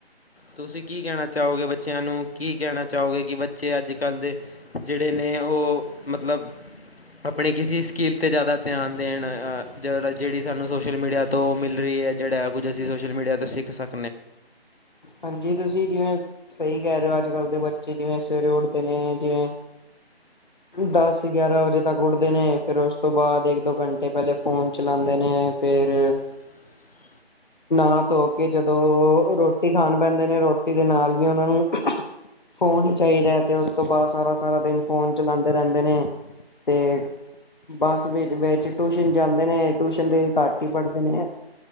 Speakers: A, on the left (about 65°); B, on the left (about 50°).
A: ਤੁਸੀਂ ਕੀ ਕਹਿਣਾ ਚਾਹੋਗੇ ਬੱਚਿਆਂ ਨੂੰ, ਕੀ ਕਹਿਣਾ ਚਾਹੋਗੇ ਕਿ ਬੱਚੇ ਅੱਜ ਕੱਲ੍ਹ ਦੇ ਜਿਹੜੇ ਨੇ ਉਹ ਮਤਲਬ ਆਪਣੀ ਕਿਸੇ ਸਕਿੱਲ 'ਤੇ ਜ਼ਿਆਦਾ ਧਿਆਨ ਦੇਣ, ਜ ਜਿਹੜੀ ਸਾਨੂੰ ਸੋਸ਼ਲ ਮੀਡੀਆ ਤੋਂ ਮਿਲ ਰਹੀ ਹੈ ਜਿਹੜਾ ਕੁਝ ਅਸੀਂ ਸੋਸ਼ਲ ਮੀਡੀਆ ਤੋਂ ਸਿੱਖ ਸਕਣ।
B: ਹਾਂਜੀ, ਤੁਸੀਂ ਜਿਵੇਂ ਸਹੀ ਕਹਿ ਰਹੇ ਹੋ, ਅੱਜ ਕੱਲ੍ਹ ਦੇ ਬੱਚੇ ਜਿਵੇਂ ਸਵੇਰੇ ਉੱਠਦੇ ਨੇ ਜਿਵੇਂ ਦਸ ਗਿਆਰਾਂ ਵਜੇ ਤੱਕ ਉੱਠਦੇ ਨੇ, ਫਿਰ ਉਸ ਤੋਂ ਬਾਅਦ ਇੱਕ ਦੋ ਘੰਟੇ ਪਹਿਲੇ ਫੋਨ ਚਲਾਉਂਦੇ ਨੇ ਫਿਰ
A: <unintelligible>
B: ਨਾ ਧੋ ਕੇ ਜਦੋਂ ਰੋਟੀ ਖਾਣ ਬਹਿੰਦੇ ਨੇ ਰੋਟੀ ਦੇ ਨਾਲ ਵੀ ਉਹਨਾਂ ਨੂੰ ਫੋਨ ਹੀ ਚਾਹੀਦਾ ਹੈ ਤੇ ਉਸ ਤੋਂ ਬਾਅਦ ਸਾਰਾ ਸਾਰਾ ਦਿਨ ਫੋਨ ਚਲਾਉਦੇ ਰਹਿੰਦੇ ਨੇ ਤੇ ਬਸ ਵਿੱਚ ਟਿਊਸ਼ਨ ਜਾਂਦੇ ਨੇ, ਟਿਊਸ਼ਨ ਤੇ ਵੀ ਘੱਟ ਹੀ ਪੜ੍ਹਦੇ ਨੇ